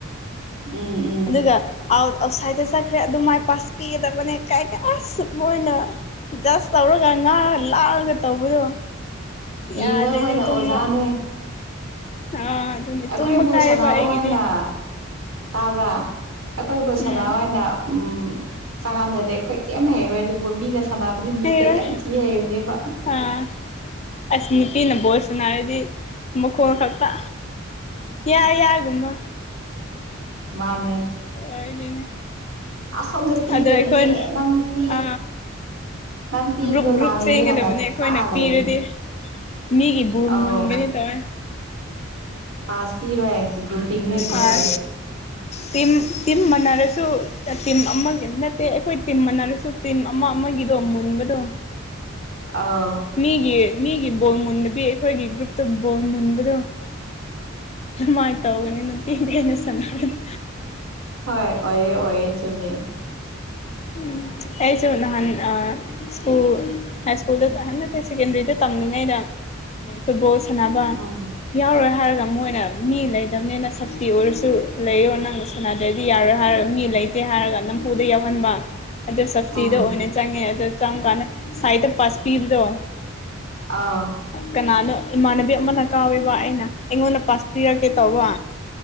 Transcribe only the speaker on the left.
ꯑꯗꯨꯒ ꯑꯥꯎꯠ ꯑꯥꯎꯠꯁꯥꯏꯗꯠꯇ ꯆꯠꯈ꯭ꯔꯦ ꯑꯗꯨ ꯃꯥꯏ ꯄꯥꯁ ꯄꯤꯒꯗꯕꯅꯦ ꯀꯥꯏ ꯑꯁ ꯃꯣꯏꯅ ꯖꯁ ꯇꯧꯔꯒ ꯉꯥꯒ ꯂꯥꯛꯑꯒ ꯇꯧꯕꯗꯣ
ꯌꯥꯗ꯭ꯔꯦꯅꯦ
ꯇꯨꯝꯕ
ꯑꯥ ꯑꯗꯨꯅꯦ
ꯇꯨꯝꯕ
ꯀꯥꯏꯌꯦꯕ
ꯑꯩꯒꯤꯗꯤ
ꯎꯝ
ꯍꯩꯔꯣꯏ
ꯑꯥ ꯑꯁ ꯅꯨꯄꯤꯅ ꯕꯣꯜ ꯁꯅꯥꯔꯗꯤ ꯃꯈꯣꯜ ꯈꯛꯇ ꯌꯥ ꯌꯥꯒꯨꯝꯕ
ꯑꯣꯏꯗꯣꯏꯅꯦ
ꯑꯗ ꯑꯩꯈꯣꯏꯅ
ꯑ
ꯒ꯭ꯔꯨꯞ ꯒ꯭ꯔꯨꯞ
ꯆꯦꯟꯒꯗꯕꯅꯤ
ꯑꯩꯈꯣꯏꯅ
ꯄꯤꯔꯗꯤ ꯃꯤꯒꯤ ꯕꯨꯜ
ꯃꯨꯟꯒꯅꯤ ꯇꯧꯋꯦ
ꯑꯥ ꯇꯤꯝ ꯇꯤꯝ ꯃꯥꯟꯅꯔꯁꯨ ꯇꯤꯝ ꯑꯃꯒꯤ ꯅꯠꯇꯦ ꯑꯩꯈꯣꯏ ꯇꯤꯝ ꯃꯥꯟꯅꯔꯁꯨ ꯇꯤꯝ ꯑꯃ ꯑꯃꯒꯤꯗꯣ ꯃꯨꯟꯕꯗꯣ
ꯃꯤꯒꯤ ꯃꯤꯒꯤ ꯕꯣꯜ ꯃꯨꯟꯗꯕꯤ ꯑꯩꯈꯣꯏꯒꯤ ꯒ꯭ꯔꯨꯞꯇ ꯕꯣꯜ ꯃꯨꯟꯕꯗꯣ ꯃꯥꯏꯅ ꯇꯧꯒꯅꯤ ꯅꯨꯄꯤꯒꯤ ꯑꯩꯅ ꯁꯥꯟꯅꯔꯗꯤ
ꯎꯝ ꯑꯩꯁꯨ ꯅꯍꯥꯟ ꯑ ꯁ꯭ꯀꯨꯜ ꯍꯥꯏ ꯁ꯭ꯀꯨꯜꯗ ꯍꯟ ꯅꯠꯇꯦ ꯁꯦꯀꯦꯟꯗ꯭ꯔꯤꯗ ꯇꯝꯂꯤꯉꯩꯗ ꯐꯨꯠꯕꯣꯜ ꯁꯥꯟꯅꯕ
ꯌꯥꯎꯔꯣꯏ ꯍꯥꯏꯔꯒ ꯃꯣꯏꯅ ꯃꯤ ꯂꯩꯇꯕꯅꯤꯅ ꯁꯞꯁꯇꯤ ꯑꯣꯏꯔꯁꯨ ꯂꯩꯌꯣ ꯅꯪꯁꯨ ꯁꯅꯗ꯭ꯔꯗꯤ ꯌꯥꯔꯣꯏ ꯍꯥꯏꯔꯒ ꯃꯤ ꯂꯩꯇꯦ ꯍꯥꯏꯔꯒ ꯅꯝꯐꯨꯗ ꯌꯥꯎꯍꯟꯕ ꯑꯗꯨ ꯁꯞꯁꯇꯤꯗ
ꯑꯣꯏꯅ ꯆꯪꯉꯦ ꯑꯗꯨ ꯆꯪꯀꯥꯟꯗ ꯁꯥꯏꯠꯇ ꯄꯁ ꯄꯤꯕꯗꯣ
ꯀꯅꯥꯅꯣ ꯏꯃꯥꯟꯅꯕꯤ ꯑꯃꯅ ꯀꯥꯎꯋꯦꯕ ꯑꯩꯅ ꯑꯩꯉꯣꯟꯗ ꯄꯥꯁ ꯄꯤꯔꯛꯀꯦ ꯇꯧꯕ